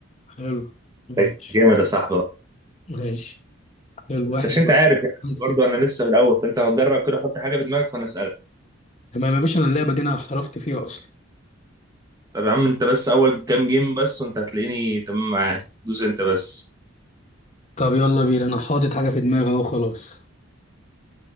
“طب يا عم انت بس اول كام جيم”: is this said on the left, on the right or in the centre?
Right